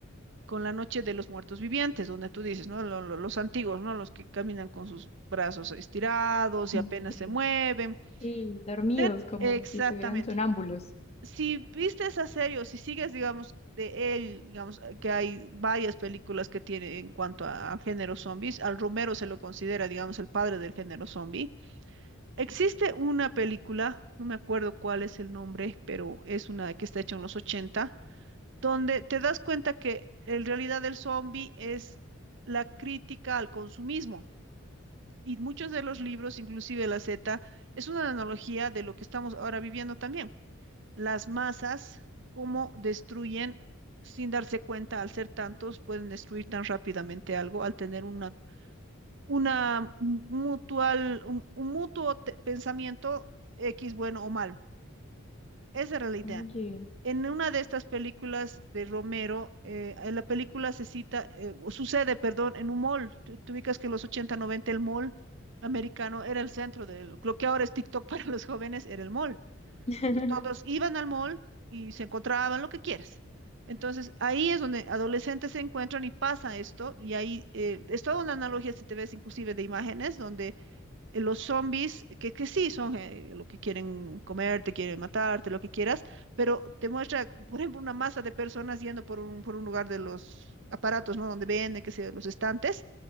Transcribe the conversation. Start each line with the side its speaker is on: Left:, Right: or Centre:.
Right: con la noche de los muertos vivientes, donde tú dices, ¿no? Lo- lo- los antiguos, ¿no? Los que caminan con sus brazos estirados
Left: Mm,
Right: y apenas
Left: Sí,
Right: se mueven.
Left: sí, dormidos,
Right: Ten-
Left: como
Right: Exactamente.
Left: si estuvieran sonámbulos.
Right: Si viste esa serie o si sigues, digamos, de él, digamos, eh, que hay varias películas que tiene en cuanto a, a género zombies, al Romero se lo considera, digamos, el padre del género zombie. Existe una película, no me acuerdo cuál es el nombre, pero es una que está hecha en los ochenta donde te das cuenta que en realidad el zombie es la crítica al consumismo. Y muchos de los libros, inclusive la Z, es una analogía de lo que estamos ahora viviendo también. Las masas, cómo destruyen sin darse cuenta, al ser tantos, pueden destruir tan rápidamente algo, al tener una, una mu- mutual, un, un mutuo te- pensamiento X bueno o malo. Esa era la idea.
Left: Oye,
Right: En una de estas películas de Romero, eh, en la película se cita, eh, o sucede, perdón, en un mall. Tú, tú ubicas que en los ochenta noventa el mall americano era el centro del, lo que ahora es TikTok <laughs> para los jóvenes, era el mall.
Left: <laughs>
Right: Entonces, todos iban al mall y se encontraban lo que quieras. Entonces, ahí es donde adolescentes se encuentran y pasa esto, y ahí eh, es toda una analogía, si te ves inclusive de imágenes, donde eh, los zombies, que, que sí son eh, lo que quieren comerte, quieren matarte, lo que quieras, pero te muestra, por ejemplo, una masa de personas yendo por un, por un lugar de los aparatos, ¿no? Donde venden, qué sé yo, los estantes,